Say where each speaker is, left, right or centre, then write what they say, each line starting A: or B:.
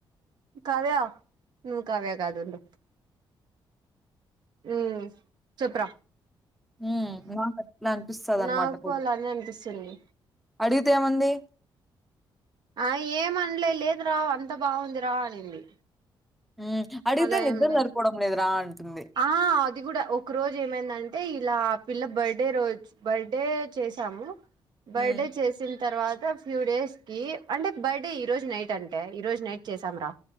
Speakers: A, on the right (about 55°); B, in the centre.
A: కావ్య నువ్వు కావ్య కాదుండు ఉ చేప్ర
B: హుమ్ నాకు అట్లే అనిపిస్తుంది అన్నమాట
A: నాకు అలానే అనిపిస్తుంది
B: అడిగితే ఏమంది
A: ఆ ఏమనలే లేదు రా అంత బాగుంది రా అనింది
B: హుమ్ అడిగితే
A: అలా
B: నిద్ర
A: ఏం లేదు
B: సరిపోవడం లేదు రా అంటుంది
A: ఆ అది కూడా ఒక రోజు ఏమైందంటే ఇలా ఆ పిల్ల బర్త్డే రోజు బర్త్డే చేసాము బర్డే
B: హ్మ్.
A: చేసింది తర్వాత ఫ్యూ డేస్ కి అంటే బర్డే ఈ రోజు నైట్ అంటే ఈ రోజు నైట్ చేసాం రా